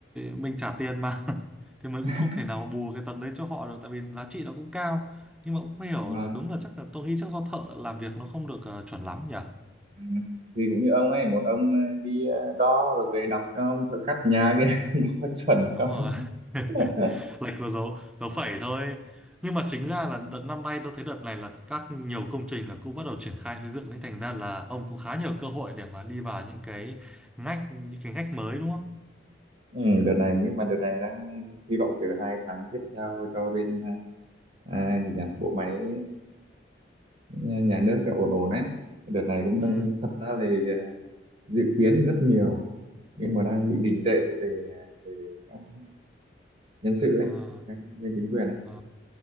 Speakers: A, in the centre; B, on the right.
A: mình trả tiền mà <laughs> thì mình
B: <laughs>
A: cũng không thể nào bù cái tấm đấy cho họ được tại vì giá trị nó cũng cao nhưng mà cũng không hiểu
B: đúng rồi
A: là đúng là chắc là tôi nghĩ chắc do thợ làm việc nó không được ờ, chuẩn lắm nhỉ
B: ừ. thì cũng như ông này một ông ờ, đi ờ, đo rồi về đọc cho ông thợ cắt nhà kia <laughs> đo chuẩn
A: đúng
B: không
A: rồi <laughs>
B: <laughs>
A: lệch vào dấu dấu phẩy thôi nhưng mà chính ra là đợt năm nay tôi thấy đợt này là các nhiều công trình là cũng bắt đầu triển khai xây dựng nên thành ra là ông cũng khá nhiều cơ hội để mà đi vào những cái ngách những cái ngách mới đúng không
B: ừ, đợt này nhưng mà đợt này đang hy vọng từ hai tháng tiếp theo cho bên ờ, à, gì nhỉ bộ máy ờ, nhà nước cho ổn ổn ấy đợt này cũng
A: ừ
B: đang thật ra là dự kiến thì rất nhiều nhưng mà đang bị đình trệ về về, về các nhân sự ấy
A: à,
B: các bên chính quyền ấy
A: à.